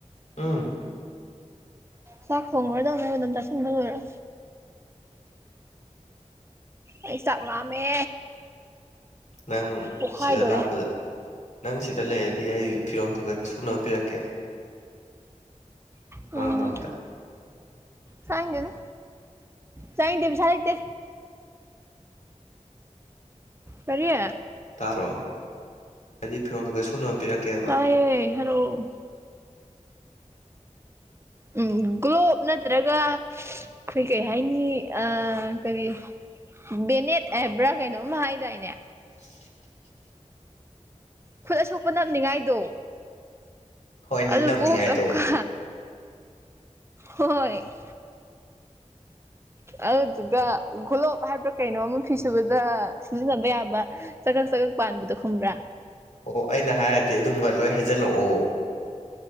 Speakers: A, on the left; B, on the right.
A: ꯎꯝ
B: ꯆꯥꯛ ꯊꯣꯡꯉꯨꯔꯗꯧꯅꯦꯕ ꯂꯝ ꯇꯁꯤꯟꯕ ꯂꯣꯏꯔꯥ ꯑꯩ ꯆꯥꯛ ꯂꯥꯝꯃꯦ
A: ꯅꯪ
B: ꯄꯣꯛꯈꯥꯏꯗꯣꯔꯦ
A: ꯁꯤꯗ ꯂꯥꯛꯄꯗ ꯅꯪ ꯁꯤꯗ ꯂꯩꯔꯗꯤ ꯑꯩ ꯐꯤꯔꯣꯜ ꯈꯥ ꯈꯥ ꯁꯨꯅꯕ ꯄꯤꯔꯛꯀꯦ
B: ꯎꯪ
A: ꯃꯔꯛ ꯃꯔꯛꯇ
B: ꯆꯥꯅꯤꯡꯗꯦꯗ ꯆꯥꯅꯤꯡꯗꯦ ꯄꯩꯁꯥ ꯂꯩꯇꯦ ꯀꯔꯤ
A: ꯇꯥꯕ꯭ꯔꯣ ꯍꯥꯏꯗꯤ ꯐꯤꯔꯣꯜ ꯈꯈ ꯁꯨꯅꯕ ꯄꯤꯔꯛꯀꯦ
B: ꯇꯥꯏꯌꯦ ꯍꯥꯏꯔꯛꯑꯣ ꯎꯝ ꯒ꯭ꯂꯣꯞ ꯅꯠꯇ꯭ꯔꯒ ꯑꯈꯣꯏ ꯀꯩ ꯍꯥꯏꯅꯤ ꯑꯥ ꯀꯔꯤ ꯕꯦꯅꯦꯠ ꯍꯥꯏꯕ꯭ꯔꯥ ꯀꯩꯅꯣꯝ ꯍꯥꯏꯗꯥꯏꯅꯦ
A: <inaudible>
B: ꯈꯨꯠ ꯑꯁꯣꯛꯄ ꯅꯞꯅꯤꯡꯉꯥꯏꯗꯣ
A: ꯍꯣꯏꯅꯦ
B: ꯑꯗꯨ
A: ꯅꯞꯅꯤꯡꯉꯥꯏ
B: ꯕꯣꯛꯁ ꯑꯝꯒ
A: ꯇꯧ
B: ꯍꯣꯏ ꯑꯗꯨꯗꯨꯒ ꯒꯣꯂꯣꯞ ꯍꯥꯏꯕ꯭ꯔꯥ ꯀꯩꯅꯣ ꯑꯃ ꯐꯤ ꯁꯨꯕꯗ ꯁꯤꯖꯤꯟꯅꯕ ꯌꯥꯕ ꯆꯒꯛ ꯆꯒꯛ ꯄꯥꯟꯕꯗꯣ ꯈꯪꯕ꯭ꯔꯥ
A: ꯑꯣ ꯑꯩꯅ ꯍꯥꯏꯔꯗꯤ ꯑꯗꯨꯕ ꯂꯣꯏ ꯍꯥꯏꯖꯜꯂꯛꯑꯣ